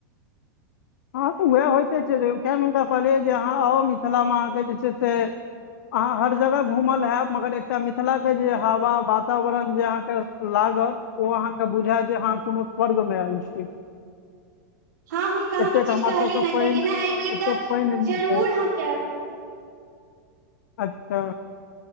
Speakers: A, on the left; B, on the right.
A: हँ तऽ उएह होइते छैौ। कए हुनका कहलियै जे अहाँ आउ मिथिलामे अहाँकेँ जे छै। से अहाँ हर जगह घूमल हयब मगर एकटा मिथिला के जे हवा वातावरण जे अहाँके लागत। ओ अहाँके बुझायत जे अहाँ कोनो स्वर्ग में आयल छी।
B: हँ हुनका
A: एतेक
B: हम ई चीज
A: हमर
B: कहलियनि
A: सबके
B: हेँ
A: पानि
B: कहलियनि हेँ एहि बेर
A: एतेक
B: तऽ
A: पानि मिलतै।
B: जरूर हम जायब
A: अच्छा।